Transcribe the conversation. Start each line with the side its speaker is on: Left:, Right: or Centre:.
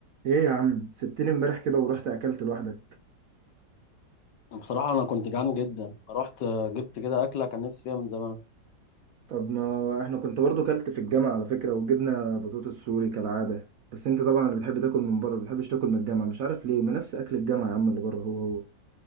Right: ايه يا عم سبتني امبارح كده ورحت اكلت لوحدك
Left: بصراحة أنا كنت جعان جدا فرحت جبت كده أكلة كان نفسي فيها من زمان
Right: طب ما احنا كنت برضو كلت في الجامعة على فكرة وجبنا بطاطس سوري كالعادة بس انت طبعا اللي بتحب تاكل من بره ما بتحبش تاكل من الجامعة مش عارف ليه ما نفس اكل الجامعة يا عم اللي بره هو هو